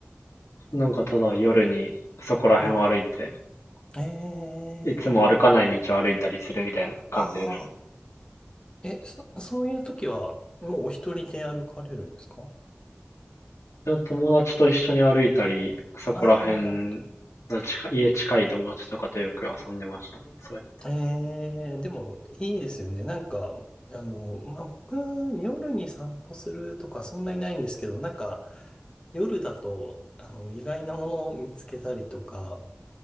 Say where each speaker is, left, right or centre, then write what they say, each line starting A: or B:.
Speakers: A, on the left; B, on the left.
A: なんかただ夜にそこら辺を歩いて、
B: はい。ええ
A: いつも歩かない道を歩いたりするみたいな感じですね。
B: ああ、え、そ、そういう時は、もうお一人で歩かれるんですか
A: 友達と一緒に歩いたり、そこら辺の近い、
B: ああ、なるほど。
A: 家近い友達とかとよく遊んでましたね。そう
B: ええ、でも、いいですよね。なんか、あの、まあ、僕、夜に散歩するとか、そんなにないんですけど、なんか、夜だと、あの、意外なものを見つけたりとか、